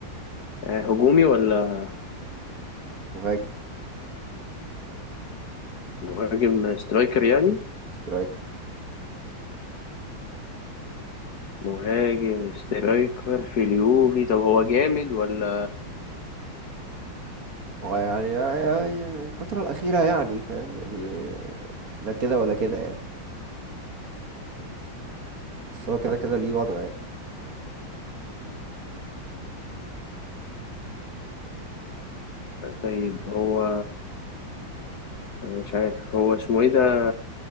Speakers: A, on the left; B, on the right.
A: آه هجومي ولا
B: مهاجم
A: مهاجم سترايكر يعني
B: سترايكر
A: مهاجم سترايكر في اليوفي طب هو جامد ولا
B: هو يعني يا- يا- يا الفترة الأخيرة يعني فاهم يعني لا كده ولا كده يعني بس هو كده كده ليه وضعه يعني
A: طيب هو أنا مش عارف هو اسمه ايه ده